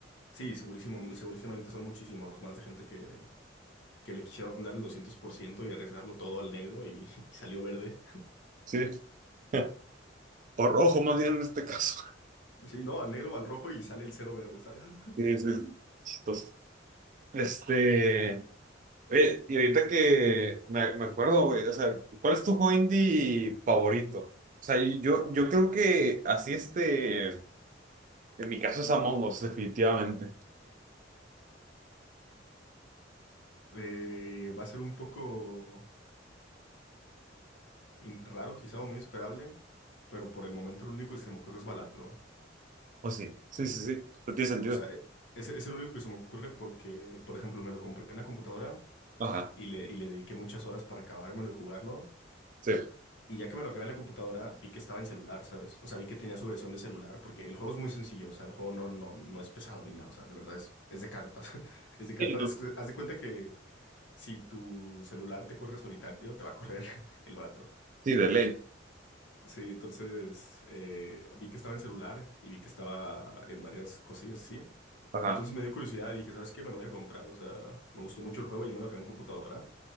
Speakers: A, on the left; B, on the right.
A: Sí, segurísimo, segurísimamente son muchísimos más de gente que que le quisieron dar el 200% y arriesgarlo todo al negro y, <laughs> y salió verde.
B: Sí. <laughs> Por rojo, más bien en este caso.
A: Sí, no, al negro o al rojo y sale el cero verde, ¿sabes? <laughs>
B: Sí, sí. Chistoso. Este, oye, y ahorita que me, me acuerdo, güey, o sea, ¿cuál es tu juego indie favorito? O sea, y yo, yo creo que así este, en mi caso es Among Us, definitivamente.
A: Eh, va a ser un poco in- raro, quizá, o muy esperable, pero por el momento lo único que se me ocurre es Balatro.
B: O sí, sí, sí, sí, no tiene sentido.
A: O sea, eh, es, es el único que se me ocurre porque, por ejemplo, me lo compré en la computadora
B: Ajá,
A: y le, y le dediqué muchas horas para acabármelo y jugarlo.
B: sí.
A: Y ya que me lo acabé en la computadora, vi que estaba en celular, ¿sabes? O sea, vi que tenía su versión de celular, porque el juego es muy sencillo, o sea, el juego no, no, no es pesado ni nada, o sea, de verdad es, es de cartas, <laughs> es de cartas,
B: Sí, ¿no?
A: es que haz de cuenta que si tu celular te corre solitario, te va a correr <laughs> el baratro
B: Sí, de ley.
A: Sí, entonces eh, vi que estaba en celular y vi que estaba en varias cosillas así.
B: Ajá,
A: Entonces me dio curiosidad y dije, ¿sabes qué? Me lo voy a comprar, o sea, me gustó mucho el juego, ya me lo acabé en computadora,